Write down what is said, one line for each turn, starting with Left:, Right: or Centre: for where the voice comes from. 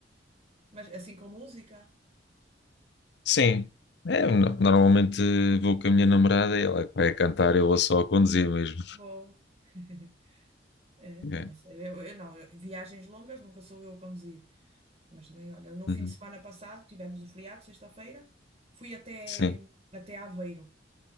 Right: mas assim com música?
Left: Sim. É, no- normalmente vou com a minha namorada e ela é que vai a cantar, eu vou só a conduzir mesmo.
Right: Boa. <laughs> É, também
Left: É.
Right: sei. Eu, eu não, eu- viagens longas nunca sou eu a conduzir. Mas também, olha, no fim
Left: Uhum.
Right: de semana passado tivemos o feriado, sexta-feira, fui até,
Left: Sim,
Right: até Aveiro,